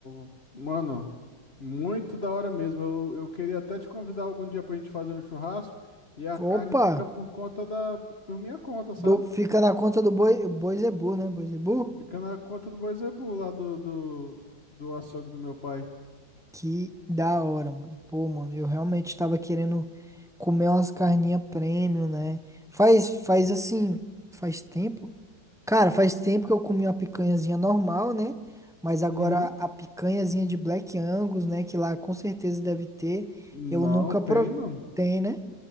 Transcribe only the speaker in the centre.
Opa,
do-
fica na conta do Boi, Boisebu, né? Boisebu?
Que da hora, mano. Pô, mano, eu realmente tava querendo comer umas carninhas premium, né? Faz, faz assim, faz tempo. Cara, faz tempo que eu comi uma picanhazinha normal, né? Mas agora
a picanhazinha de Black Angus, né? Que lá com certeza deve ter.
Eu nunca
provei,
né?